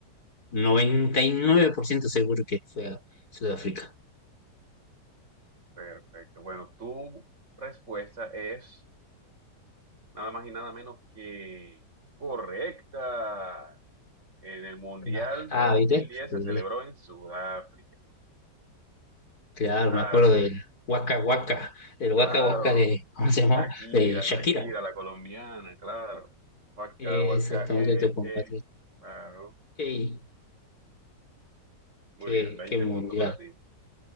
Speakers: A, on the left; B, on the right.
A: 99% seguro que fue a Sudáfrica.
B: Perfecto. Bueno, tu respuesta es nada más y nada menos que correcta. En el Mundial
A: Ah, ah,
B: dos
A: ¿viste?
B: mil diez se
A: Eh,
B: celebró en Sudáfrica.
A: claro,
B: Claro,
A: me acuerdo del Waka Waka, el Waka
B: claro.
A: Waka de, ¿cómo se llamaba?
B: Shakira,
A: De Shakira.
B: Shakira, la colombiana, claro. Waka,
A: Eh,
B: waka,
A: Exactamente,
B: eh,
A: tu compatriota.
B: eh. Claro.
A: Ey,
B: Muy
A: qué,
B: bien, Veinte
A: qué mundial.
B: puntos para ti.